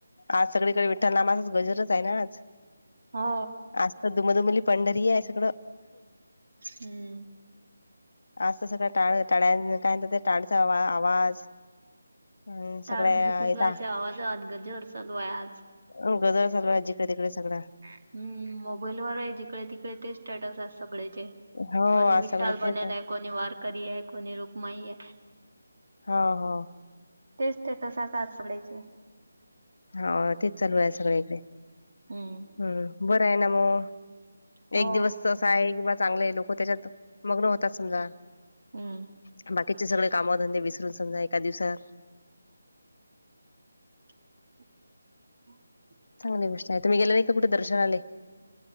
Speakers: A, on the left (about 55°); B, on the right (about 55°).
A: आज सगळीकडे विठ्ठल नामाचाच गजरच आहे ना आज.
B: हो
A: आज तर दुमदुमली पंढरी आहे सगळं.
B: हम्म.
A: आज तर सगळं टाळ, टाळ काही ते टाळचा आवाज. अन्
B: टाळमृदुंगाच्या
A: सगळ्या
B: आवाजात गजर चालू आहे आज.
A: हो गजर चालूय आज जिकडे, तिकडे सगळा.
B: हम्म, मोबाईल वर आहे जिकडे तिकडे तेच स्टॅटस आहेत सगळ्याचे.
A: हो
B: कोणी
A: आज
B: विठ्ठाल
A: सगळे तेच
B: बनेल आहे, कोणी वारकरी आहे, कोणी रुखमाईे आहे.
A: हा हा.
B: तेच स्टेटस आता आज सगळ्याचे.
A: हो तेच चालू आहे सगळ्या इकडे.
B: हम्म
A: हम्म, बरं आहे ना मग
B: हो.
A: एक दिवस <unintelligible> आहे किंवा चांगले आहे लोक त्याच्यात मग्न होतात समजा.
B: हम्म
A: अनं बाकीचे सगळे कामधंदे विसरून समजा एका दिवसात
B: <unintelligible>
A: चांगली गोष्ट हाय, तुम्ही गेले नाहीत का कुठं दर्शनाले